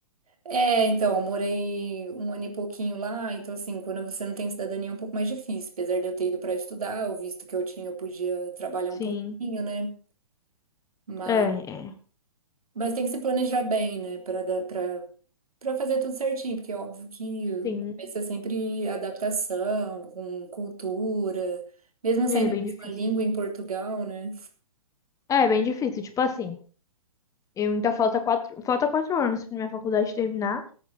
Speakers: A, on the right; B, on the left.
A: É, então, eu morei um ano e pouquinho lá, então assim, quando você não tem cidadania é um pouco mais difícil. Apesar de eu ter ido para estudar, o visto que eu tinha, eu podia trabalhar
B: sim.
A: um pouquinho, né? Mas,
B: É, é.
A: mas tem que se planejar bem, né? Para dar, para para fazer tudo certinho, porque é óbvio que o
B: Sim,
A: começo é sempre adaptação, com cultura, mesmo saindo
B: é bem
A: a
B: difícil.
A: mesma língua em Portugal, né?
B: É, bem difícil. Tipo assim, eu ainda falta quatro, falta quatro anos pra minha faculdade terminar.